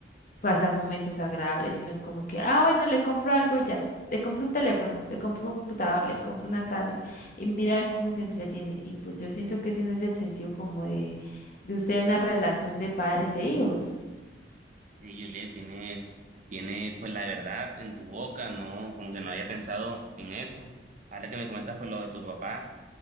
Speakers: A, on the left; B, on the right.
A: pasar momentos agradables, sino como que, ah, bueno, le compro algo y ya. Le compro un teléfono, le compro un computador, le compro una tablet y mirar cómo se entretiene. Y pues yo siento que ese no es el sentido como de, de usted una relación de padres e hijos.
B: Sí, Juliet, tienes, tiene pues la verdad en tu boca, no, como que no había pensado en eso. Ahora que me comentas pues lo de tu papá.